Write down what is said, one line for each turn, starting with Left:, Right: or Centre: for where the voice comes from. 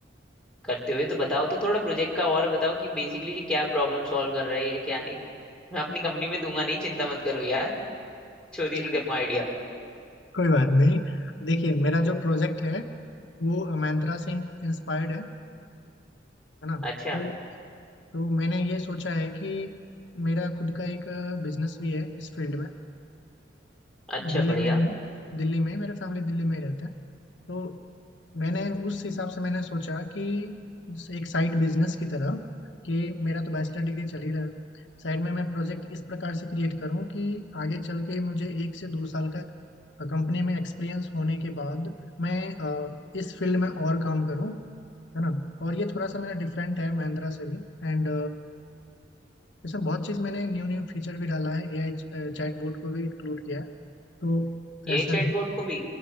Centre: करते हुए तो बताओ तो थोड़ा प्रोजेक्ट का और बताओ कि बेसिकली ये क्या प्रॉब्लम सॉल्व कर रही है क्या नहीं मैं अपनी कंपनी में दूंगा नहीं चिंता मत करो यार चोरी
Left: जी।
Centre: नहीं करूंगा आइडिया
Left: कोई बात नहीं देखिए मेरा जो प्रोजेक्ट है वो मैंत्रा से इंस्पायर्ड है है ना
Centre: अच्छा
Left: तो तो मैंने ये सोचा है कि मेरा खुद का एक बिजनेस भी है इस फील्ड में
Centre: अच्छा
Left: दिल्ली
Centre: बढ़िया
Left: में ही दिल्ली में ही मेरे फैमिली दिल्ली में ही रहते हैं तो मैंने उस हिसाब से मैंने सोचा कि एक साइड बिजनेस की तरह कि मेरा तो बैचलर डिग्री चल ही रहा है साइड में मैं प्रोजेक्ट इस प्रकार से क्रिएट करूं कि आगे चल के मुझे एक से दो साल का कंपनी में एक्सपीरियंस होने के बाद मैं अ, इस फील्ड में और काम करूं है ना और ये थोड़ा सा मेरा डिफरेंट है महिंद्रा से भी एंड इसमें बहुत चीज़ मैंने न्यू न्यू फीचर भी डाला है एआई चैटबॉट को भी इंक्लूड किया है तो
Centre: ये
Left: ऐसा
Centre: चैटबॉट
Left: है
Centre: को भी